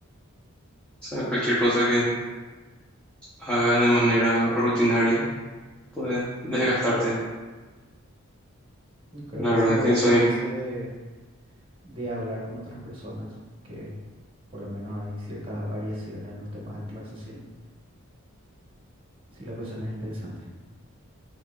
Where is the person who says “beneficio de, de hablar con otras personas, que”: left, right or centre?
Right